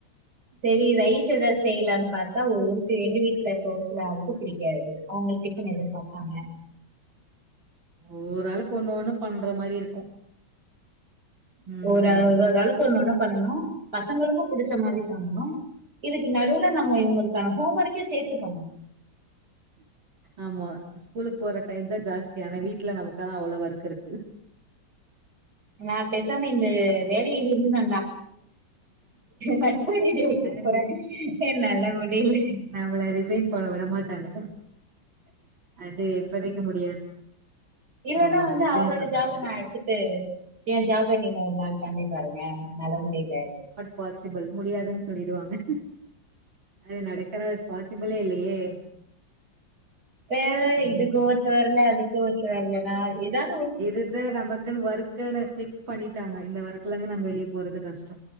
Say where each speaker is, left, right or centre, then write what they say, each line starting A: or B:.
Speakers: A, on the right; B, on the right.
A: சேரி ரைஸ் ஏதாது செய்லாமே பாத்தா ஒரு சில எங்க வீட்ல இருக்க ஒரு சில ஆளுக்கு பிடிக்காது அவுங்களுக் டிஃபன் எதிர்பாப்பாங்க
B: ஒரு ஆளுக்கு ஒண்ணு ஒண்ணு பண்ற மாரி இருக்கு ம்
A: ஒரு அளுக்கு ஒன்னு ஒன்னு பண்ணனு பசங்களுக்கு புடிச்ச மாரி பண்ணு இதுக்கு நடுவுவ நம்ம இவுங்களுக்கான ஹோம் ஒர்க்யு சேத்து பண்ணணு
B: ஆமா ஸ்கூலுக்கு போற டைம் தா ஜாஸ்தி ஆனா வீட்ல நமக்காக அவ்ளோ ஒர்க் இருக்கு
A: நா பேசாமே இந்த வேலையில இருந்து நா நட் <unintelligible> வீடியோ வைக்க
B: அது
A: போற என்னால முடில
B: நம்மல ரிசைன் பண்ண விட மாட்டாங்க அது இப்பதிக்கி முடியாது
A: இல்லனா
B: ஆமா
A: வந்து
B: ரிசைன்
A: அவரோட
B: பண்ண
A: ஜாப
B: விட மாட்டாங்க
A: நா எடுத்துட்டு ஏ ஜாப நீங்க ஒரு நாள் பண்ணி பாருங்க என்னால முடில
B: பாசிபள் முடியாதுனு சொல்லிடுவாங்க அது நடக்கற பாசிபிளே இல்லையே
A: வேற
B: ம்
A: இதுக்கு ஓத்து வரல அதுக்கு ஓத்து வரலனா இதாது
B: இதுதா நமக்குனு ஓர்க் குனு ஃபிக்ஸ் பண்ணிடாங்க இந்த ஒர்க்ல இருந்து நம்ம வெளியே போறது கஷ்டோ